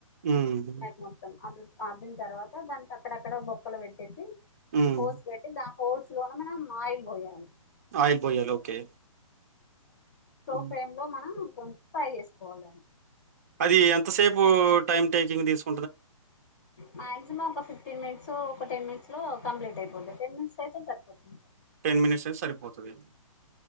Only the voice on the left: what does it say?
వియ మొత్తం అ అద్దిన తర్వాత దానికి అక్కడక్కడ బొక్కలు పెట్టేసి
హోల్స్ పెట్టి దా హోల్స్ లోనే మనం ఆయిలు పోయాలి
పోపు
వేసి మనం కొంచం ఫ్రై చేసుకోవాలి దన్ని
మాక్సిమం ఒక ఫిఫ్టీన్ మినిట్స్ ఒక టెన్ మినిట్స్ లో కంప్లీట్ అయిపోంది టెన్ినిట్స్ అయితే సరిపోతుంది